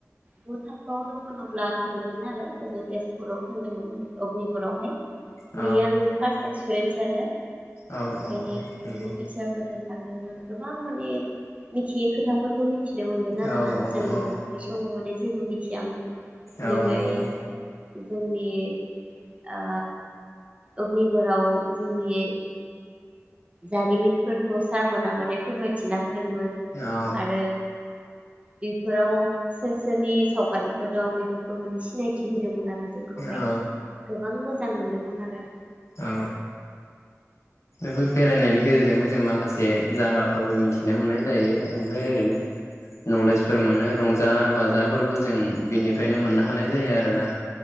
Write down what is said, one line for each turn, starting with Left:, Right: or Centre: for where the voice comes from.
Right: गु थाखोआव दंमोन अब्ला थांदोंमोन आरो जोङो तेजपुराव थांदोंमोन अग्निगरावहाय।
Left: औ
Right: बियो आंनि फार्स एक्सपिरेन्स आरो
Left: औ औ
Right: बेनि
Left: औ
Right: माने
Left: नंगौ
Right: जोङो टिचारफोरजों सानदोंमोन गोबां माने मिथियै खोथाफोरखौ मि थिनो मोन्दों आरो
Left: औ
Right: ना
Left: औ
Right: जोङो
Left: औ
Right: बै समाव माने जेबो मिथियामोन
Left: औ
Right: बेहाय
Left: नंगौ
Right: जोंनि इ ओ। अग्निगराव जोंनि जारिमिनफोरखौ सारमोना माने फोरमायथिना होदों। मोन
Left: औ
Right: आरो बेफोराव सोर सोरनि सावगारिफोर दं बेफोरखौ माने सिनायथि होदोंमोन आरो। जोंखौहाय
Left: औ
Right: गोबां मोजां मोजां मोनदोंमोन आरो
Left: औ बेफोर बेरायनायनि गेजेरजोंबो जों माखासे जागाफोरबो मिथिनो मोननाय जायो ओमफ्राय ओरैनो नलेजफोर मोनो रंजा-बाजा जा फोरबो जों बिनिफ्रायनो मोननो हानाय जायो आरोना